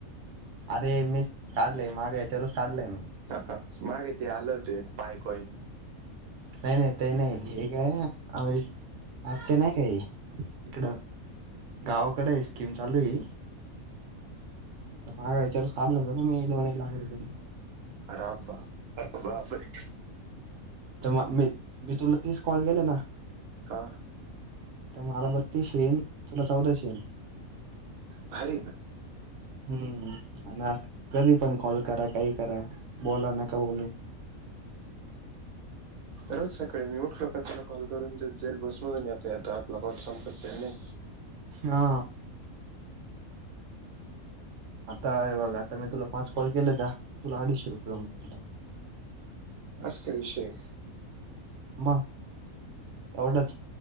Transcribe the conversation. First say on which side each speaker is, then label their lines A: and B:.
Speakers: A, on the right; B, on the right.
A: अरे मीच काढलय माज्या हेच्यावरूनच काढलय.
B: हा हा मागे ते आलं होत एक पायकॉइन
A: नाही नाही तेही नाही हे काय औ अचानक आहे हे इकड. गावाकड ही स्कीम चालूए. <inaudible> माझ्या याच्यावरच काढल होत ना मी दोन एक लाख रुपये.
B: आराबा अरे बापरे.
A: तर मग मी मी तुला तीस कॉल केेले ना
B: हा.
A: तर मला बत्तीस शेन तला चौदा शेन.
B: भारीए ना.
A: हम्म आणि कधी पण कॉल करा काही करा बोला नका बोलू
B: रोज सकाळी मी उठलो का तुला कॉल करून ते जाईल बसमून येत आता आपला कॉल संपत जाईल नाही.
A: हा. आता हे बघ आता मी तुला पाच कॉल केलेता. तुला अडीचशे रुपये होवून जात्याता.
B: बास काय विषय.
A: म एवढंच